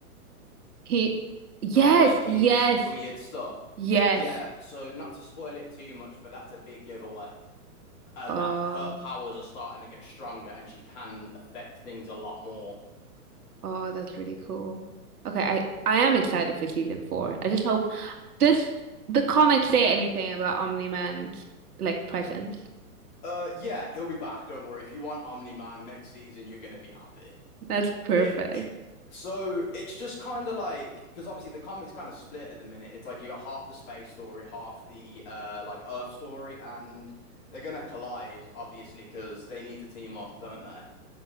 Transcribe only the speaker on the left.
They're like leaking
this weird stuff.
Yeah, so not to spoil it too much, but that's a big giveaway. Uh,
that her powers are starting to get stronger and she can affect things a lot more.
Uh, yeah, he'll be back. Don't worry. If you want Omni-Man next season, you're gonna be happy.
it it so it's just kind of like because obviously the comic's kind of split at the minute. It's like you got half the space story, half the uh like Earth story, and they're gonna collide obviously because they need to team up, don't they?